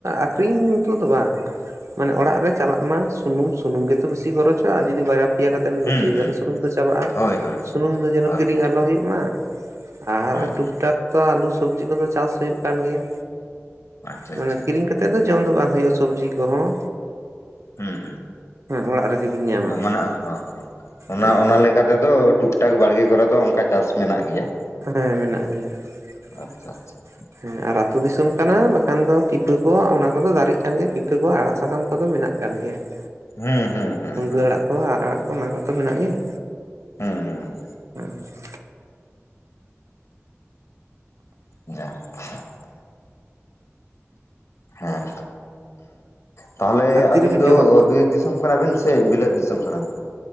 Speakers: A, on the right (about 70°); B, on the left (about 70°).
A: ᱟᱠᱷᱨᱤᱧ ᱢᱚᱛᱚ ᱫᱚ ᱵᱟᱝ ᱾ ᱢᱟᱱᱮ ᱚᱲᱟᱜ ᱨᱮ ᱪᱟᱞᱟᱜ ᱢᱟ ᱥᱩᱱᱩᱢ ᱥᱩᱱᱩᱢ ᱜᱮᱛᱚ ᱵᱤᱥᱤ ᱠᱷᱚᱨᱚᱪᱚᱜ-ᱟ, ᱟᱨ ᱡᱩᱫᱤ ᱵᱟᱨᱭᱟ ᱯᱮᱭᱟ ᱠᱟᱛᱮ ᱵᱤᱱ
B: ᱦᱩᱸ
A: ᱩᱛᱩ ᱭᱮᱫᱟ
B: ᱦᱩᱸ
A: ᱛᱟᱦᱚᱞᱮ ᱥᱩᱱᱩᱢ ᱛᱚ ᱪᱟᱵᱟᱜᱼᱟ
B: ᱦᱳᱭ ᱦᱳᱭ
A: ᱾ᱥᱩᱱᱩᱢ ᱫᱚ ᱡᱮᱱᱚ
B: ᱦᱳᱭ
A: ᱠᱤᱨᱤᱧ
B: ᱦᱩᱸ
A: ᱟᱞᱚ ᱦᱩᱭᱩᱜ ᱢᱟ ᱾ ᱟᱨ
B: ᱦᱩᱸ
A: ᱴᱩᱠ ᱴᱟᱠ ᱟᱞᱩ ᱥᱚᱵᱽᱡᱤ ᱠᱚᱫᱚ ᱪᱟᱥ ᱦᱩᱭᱩᱜ ᱠᱟᱱ ᱜᱮᱭᱟ,
B: ᱟᱪᱪᱷᱟ
A: ᱢᱟᱱᱮ
B: ᱟᱪᱪᱷᱟ
A: ᱠᱤᱨᱤᱧ ᱠᱟᱛᱮ ᱛᱮᱫᱚ ᱡᱚᱢ ᱫᱚ ᱵᱟᱝ ᱦᱩᱭᱩᱜᱼᱟ ᱥᱚᱵᱽᱡᱤ ᱠᱚᱦᱚᱸ,
B: ᱦᱩᱸ
A: ᱦᱮᱸ ᱚᱲᱟᱜ ᱨᱮᱜᱮ ᱵᱤᱱ ᱧᱟᱢᱟ
B: ᱦᱩᱸ ᱢᱟᱱᱮ ᱦᱚᱸ ᱦᱚᱸ ᱚᱱᱟ
A: ᱦᱮᱸ
B: ᱚᱱᱟ ᱞᱟᱹᱜᱤᱫ ᱛᱮᱫᱚ ᱴᱩᱠ ᱴᱟᱠ ᱵᱟᱲᱜᱮ ᱠᱚᱨᱮ ᱫᱚ ᱚᱱᱠᱟ ᱪᱟᱥ ᱢᱮᱱᱟᱜ ᱜᱮᱭᱟ ᱾
A: ᱦᱮᱸ ᱢᱮᱱᱟᱜ ᱜᱮᱭᱟ
B: ᱟᱪᱪᱷᱟ
A: ᱾
B: ᱟᱪᱪᱷᱟ
A: ᱦᱮᱸ ᱟᱨ ᱟᱹᱛᱩ ᱫᱤᱥᱚᱢ ᱠᱟᱱᱟ ᱵᱟᱝᱠᱷᱟᱱ ᱫᱚ ᱯᱤᱯᱷᱟᱹ ᱠᱚ ᱚᱱᱟ ᱠᱚᱫᱚ ᱫᱟᱨᱮᱜ ᱠᱟᱱ ᱜᱮᱭᱟ ᱯᱤᱯᱷᱟᱹ ᱠᱚ ᱟᱲᱟᱜ ᱥᱟᱠᱟᱢ ᱠᱚᱫᱚ ᱢᱮᱱᱟᱜ ᱠᱟᱱ ᱜᱮᱭᱟ ᱾
B: ᱦᱩᱸ ᱦᱩᱸ ᱦᱩᱸ
A: ᱢᱩᱱᱜᱟᱹ
B: ᱦᱩᱸ
A: ᱟᱲᱟᱜ ᱠᱚ ᱟᱨ ᱟᱲᱟᱜ ᱠᱚ ᱚᱱᱟ ᱠᱚᱛᱚ ᱢᱮᱱᱟᱜ ᱜᱮᱭᱟ
B: ᱦᱩᱸ
A: <unintelligible>
B: <unintelligible> ᱮᱦ ᱛᱟᱦᱚᱞᱮ
A: ᱛᱤᱨᱮᱵᱤᱱ
B: ᱟᱹᱵᱤᱱ ᱫᱚ
A: ᱡᱚᱢᱟ
B: ᱵᱤᱨ ᱫᱤᱥᱚᱢ ᱠᱟᱱᱟ ᱵᱤᱱ ᱥᱮ ᱵᱤᱞᱟᱹᱛ ᱫᱤᱥᱚᱢ ᱠᱟᱱᱟ ᱵᱤᱱ?